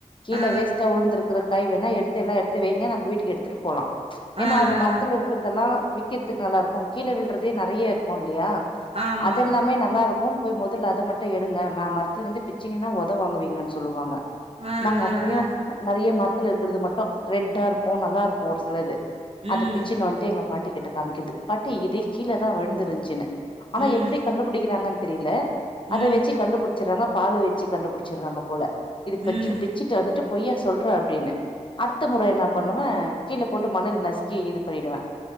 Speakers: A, on the left; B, on the right.
A: கீழ
B: ஆ
A: வேஸ்ட்டா உழுந்துருக்கிற காய் வேணா எடுத்து எல்லா எடுத்து வைங்க நம்ம வீட் எடுத்துட்டு போலா ஏன்னா
B: ஆ
A: அவுங்க
B: ஆ
A: மரத்துல இருக் கிறதெல்லா விக்கிறதுக்கு நல்லா இருக்கு கீழ விழுறதே நெறய இருக்குல்லயா
B: ஆமா
A: அதெல்லாமே நல்லாருக்கு போய் மொதல்ல அத மட்டு எடுங்க ம மரத்துல இருந்து பிச்சீங்கனா ஒத வாங்குவீங்கன் சொல்லுவாங்க
B: ஆ
A: நாங்க
B: ஆ
A: இப்பயும்
B: ஆ
A: நெறய மரத்துல இருக்குறது மட்டு ரெட்டா இருக்கு நல்லாருக்கு ஒரு சிலது
B: ம்
A: அது பிச்சுன்னு வந்துட்டு எங்க பாட்டி கிட்ட காமிக்குறது பாட்டி இது கீழ தா விழுந்திருந்துச்சுனு ஆனா
B: ம்
A: எப்டி கண்டு புடிக்கிறாங்கன் தெரில அத
B: ம்
A: வச்சு கண்டுபு டிச்சிடுறாங்க பால வச்சு கண்டுபுடிச்சிடுறாங்க போல இது பச்சு
B: ம்
A: பிச்சுட்டு வந்துட்டு பொய்யா சொல்ற அப்டின்னு அடுத்த மொற என்ன பண்ணுவ கீழ போட்டு மண்ணுல நசுக்கி இது பண்ணிடுவே